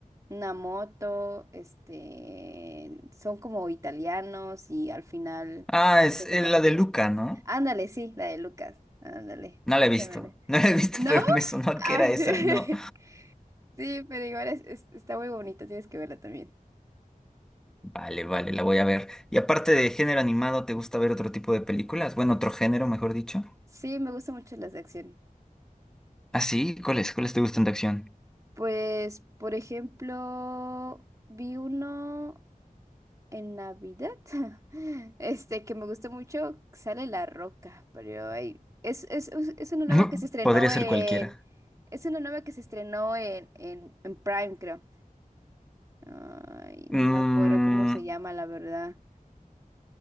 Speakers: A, on the right; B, in the centre.
A: una moto, este, son como italianos y al final,
B: Ah,
A: pues
B: es eh,
A: se buenos
B: la de
A: amigos.
B: Luca, ¿no?
A: Ándale, sí, la de Lucas, ándale,
B: No
A: ese
B: la he visto,
A: mero.
B: <laughs> no la he visto,
A: ¿No?
B: <laughs> pero me sonó
A: Ay.
B: que era esa, no.
A: <laughs> Sí, pero igual es- es- está muy bonita, tienes que verla también.
B: Vale, vale, la voy a ver. Y aparte de género animado, ¿te gusta ver otro tipo de películas? Bueno, otro género, mejor dicho.
A: Sí, me gustan mucho las de acción.
B: Ah, sí, ¿cuáles? ¿Cuáles te gustan de acción?
A: Pues, por ejemplo, vi uno en Navidad, <laughs> este, que me gustó mucho, sale La Roca, pero ay, es, es, es es una nueva
B: <laughs>
A: que se estrenó
B: Podría ser
A: en,
B: cualquiera.
A: es una nueva que se estrenó en, en, en Prime, creo. Ay,
B: Mm,
A: no me acuerdo cómo se llama, la verdad.